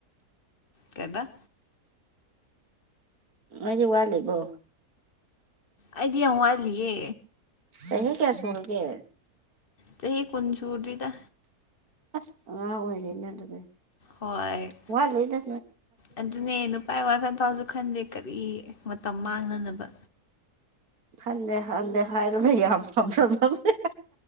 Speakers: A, on the left; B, on the right.
A: ꯀꯩꯕ
B: ꯅꯣꯏꯗꯤ ꯋꯥꯠꯂꯤꯕꯣ
A: ꯑꯩꯗꯤ ꯌꯥꯝ ꯋꯥꯠꯂꯤꯌꯦ
B: ꯆꯍꯤ ꯀꯌꯥ ꯁꯨꯔꯒꯦ
A: ꯆꯍꯤ ꯀꯨꯟ ꯁꯨꯨꯗ꯭ꯔꯤꯗ
B: ꯑꯁ ꯑꯉꯥꯡ ꯑꯣꯏꯔꯤꯅꯦ ꯑꯗꯨꯗꯤ
A: ꯍꯣꯏ
B: ꯋꯥ ꯂꯩꯗ
A: ꯑꯗꯨꯅꯦ ꯅꯨꯄꯥ ꯋꯥꯈꯜ ꯐꯥꯎꯁꯨ ꯈꯟꯗꯦ ꯀꯔꯤ ꯃꯇꯝ ꯃꯥꯡꯅꯅꯕ
B: ꯈꯟꯗꯦ ꯈꯟꯗꯦ ꯍꯥꯏꯔꯨꯅꯦ ꯌꯥꯝ ꯐꯝ꯭ꯔ ꯅꯗꯦ